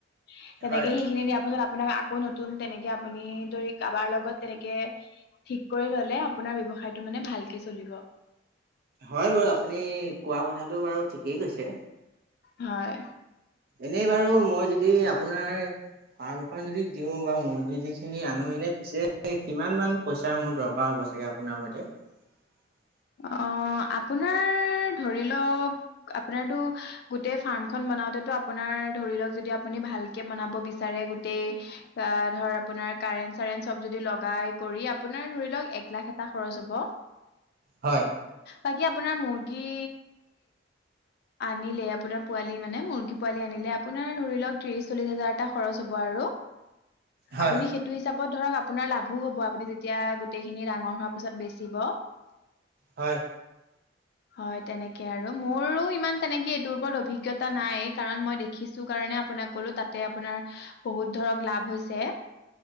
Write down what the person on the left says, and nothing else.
তেনেকে
সেইখিনি দিয়াৰ পিছত আপোনাক আকৌ নতুন তেনেকে আপুনি ধৰি কাৰোবাৰ লগত তেনেকে ঠিক কৰি ললে আপোনাৰ ব্যৱসায়টো মানে ভালকে চলিব।
হয়।
অ আপোনাৰ ধৰি লওক আপোনাৰতো গোটেই ফাৰ্মখন। বওতেো আপোনাৰ ধৰি লওক যদি আপুনি ভালকে বনাব বিচাৰে গোটেই ধৰ আপোনাৰ কাৰেণ্ট চাৰেণ্ট চব যদি লগাই কৰি আপোনাৰ ধৰি লওক এক লাখ এটা খৰচ হ'ব।
বাকী আপোনাৰ মুৰ্গী। আনিলে আপোনাৰ পোৱালি মানে মুৰ্গী পোৱালি আনিলে আপোনাৰ ধৰি লওক ত্ৰিশ চল্লিশ হাজাৰ এটা খৰচ হব। হব আৰু।
আপুনি সেইটো হিচাপত ধৰক আপোনাৰ লাভো হব আপুনি যেতিয়া গোটেইখিনি ডাঙৰ হোৱাৰ পিছত বেছি ব।
হয় তেনেকে আৰু মোৰো ইমান তেনেকে এইটোৰ ওপৰত অভিজ্ঞতা নাই কাৰণ মই দেখিছো কাৰণে আপোনাক ক'লো তাতে আপোনাৰ বহুত ধৰক লাভ হৈছে।